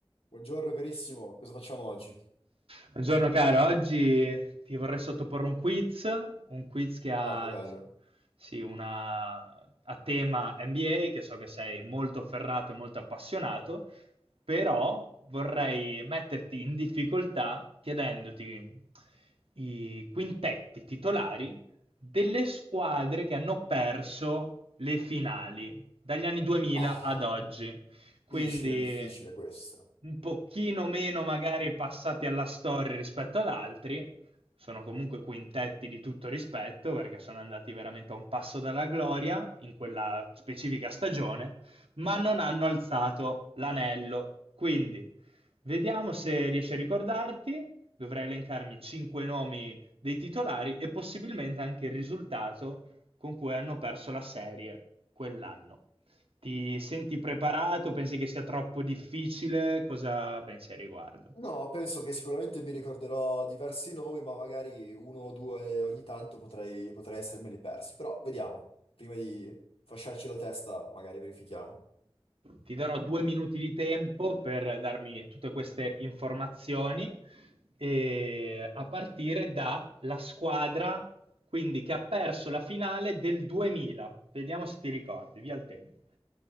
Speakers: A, on the left; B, on the right.
A: Buongiorno carissimo, cosa facciamo oggi?
B: Buongiorno caro, oggi ti vorrei sottoporre un quiz, un quiz che ha,
A: Oh, che bello.
B: diciamo, sì, una, a tema NBA, che so che sei molto ferrato e molto appassionato, però vorrei metterti in difficoltà chiedendoti i quintetti titolari delle squadre che hanno perso le finali dagli anni 2000
A: Oh,
B: ad oggi quindi
A: difficile, difficile questo.
B: un pochino meno magari passati alla storia rispetto ad altri. Sono comunque quintetti di tutto rispetto perché sono andati veramente a un passo dalla gloria in quella specifica stagione, ma non hanno alzato l'anello. Quindi vediamo se riesci a ricordarti. Dovrai elencarmi cinque nomi dei titolari e possibilmente anche il risultato con cui hanno perso la serie quell'anno. Ti senti preparato? Pensi che sia troppo difficile? Cosa pensi al riguardo?
A: No, penso che sicuramente mi ricorderò diversi nomi, ma magari uno o due ogni tanto potrei, potrei essermeli persi. Però vediamo, prima di fasciarci la testa, magari verifichiamo.
B: Ti darò due minuti di tempo per darmi tutte queste informazioni e a partire dalla squadra, quindi che ha perso la finale del 2000. Vediamo se ti ricordi, via il tempo.